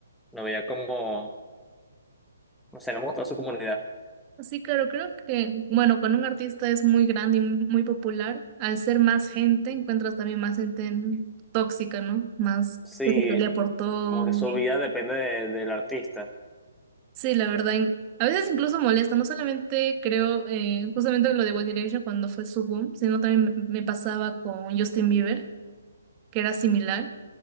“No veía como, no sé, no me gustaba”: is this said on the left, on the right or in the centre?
Centre